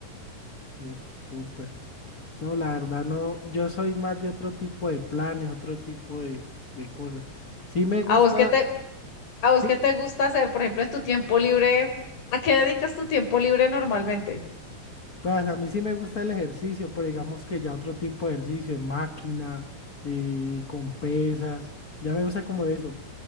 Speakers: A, on the left; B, on the left.
A: Uf, súper. No, la verdad no. Yo soy más de otro tipo de planes, otro tipo de, de cosas. Sí me gusta.
B: ¿A vos qué te, ¿A vos
A: sí,
B: qué te gusta hacer, por ejemplo, en tu tiempo libre? ¿A qué dedicas tu tiempo libre normalmente?
A: Pues a mí sí me gusta el ejercicio, pero digamos que ya otro tipo de ejercicio, en máquina, eh, con pesas, ya me gusta como de eso.